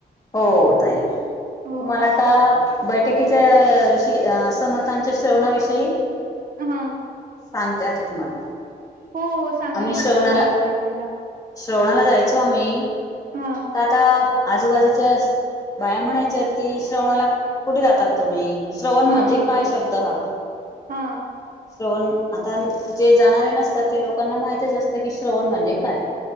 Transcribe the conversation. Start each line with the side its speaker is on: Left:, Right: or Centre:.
Left: हो ताई तुम्हाला
Right: हो का
Left: आता. बैठकीच्या विषयी अ समर्थांच्या श्रवणाविषयी.
Right: हा,
Left: सांगते आता तुम्हाला.
Right: हो, सांगा
Left: आम्ही
Right: मला
Left: श्रावणाला
Right: पण आवडेल ऐकायला
Left: श्रवणा आला जायचो आम्ही त्या.
Right: हा
Left: आता आजूबाजूच्या बाया म्हणायच्या आहेत कि श्रावणाला कुठे जातात तुम्ही. श्रवण
Right: हा
Left: म्हणजे
Right: हा
Left: काय शब्द हा.
Right: हा
Left: श्रवण आता जे जाणारे नसतात ते लोक. लोकांना माहितचं असं कि श्रवण म्हणजे काय.